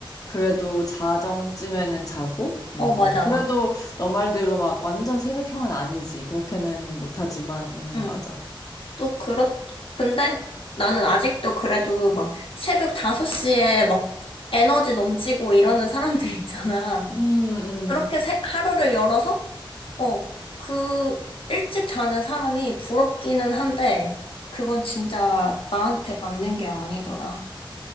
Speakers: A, on the left; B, on the left.
A: 그래도 자정쯤에는 자고,
B: 어,
A: 음,
B: 맞아.
A: 음. 그래도 너 말대로 막 완전 새벽형은 아니지. 그렇게는 못하지만, 음,
B: 응.
A: 맞아.
B: 또 그렇, 근데 나는 아직도 그래도 막 새벽 5시에 막 에너지 넘치고 이러는 사람들 있잖아.
A: 음, 음,
B: 그렇게 새- 하루를 열어서, 어, 그 일찍 자는 사람이 부럽기는 한데, 그건 진짜 나한테 맞는 게 아니더라.